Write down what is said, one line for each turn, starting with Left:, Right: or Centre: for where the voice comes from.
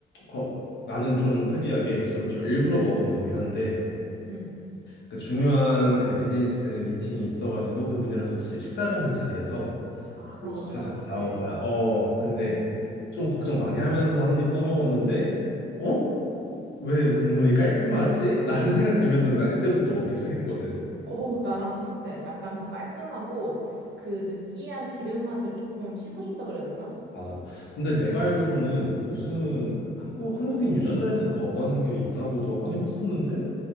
Left: 거- 나는 좀 특이하게 이건 좀 일부러 먹은 거긴 한데
Right: 응.
Left: 그 중요한 그 비즈니스 미팅이 있어가지고 그분이랑 같이 식사를 하는 자리에서
Right: 아,
Left: 고수가
Right: 그런 거 어쩔 수
Left: 같이
Right: 없지.
Left: 나온 거야. 어, 근데
Right: 음.
Left: 좀 걱정 많이 하면서 한 입 떠먹었는데 어? 왜 국물이 깔끔하지? 라는 생각 들면서 나 그때부터 또 먹기 시작했거든.
Right: 오, 나랑 비슷해. 약간 더 깔끔하고 그 느끼한 기름 맛을 조금 씻어준다 그래야 되나?
Left: 맞아. 근데 내가 알기로는 고수는
Right: 응.
Left: 한국, 한국인 유전자에서 거부하는 게 있다고도 하긴 했었는데,